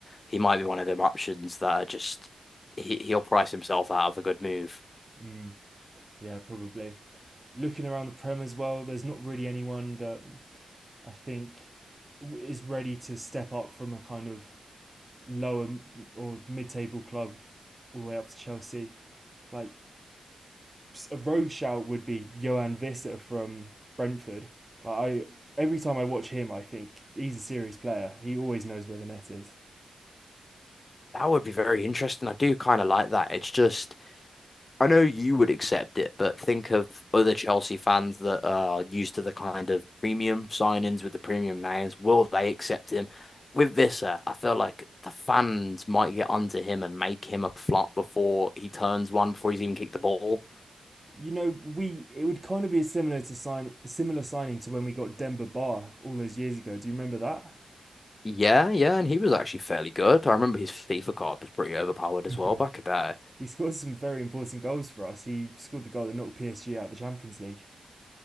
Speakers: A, on the left; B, on the right.
A: he might be one of them options that are just he he'll price himself out of a good move.
B: Mm, yeah, probably. Looking around the Prem as well, there's not really anyone that I think is ready to step up from a kind of lower or mid-table club all the way up to Chelsea. Like a rogue shout would be Johan Visser from Brentford. Like I, every time I watch him, I think he's a serious player. He always knows where the net is.
A: That would be very interesting. I do kind of like that. It's just I know you would accept it, but think of other Chelsea fans that are used to the kind of premium signings with the premium names. Will they accept him? With Visser, I feel like the fans might get onto him and make him a flop before he turns one, before he's even kicked the ball.
B: You know, we it would kind of be similar to sign similar signing to when we got Demba Ba all those years ago. Do you remember that?
A: Yeah, yeah, and he was actually fairly good. I remember his FIFA card was pretty overpowered as
B: <laughs>
A: well back in the day.
B: He scored some very important goals for us. He scored the goal that knocked PSG out of the Champions League.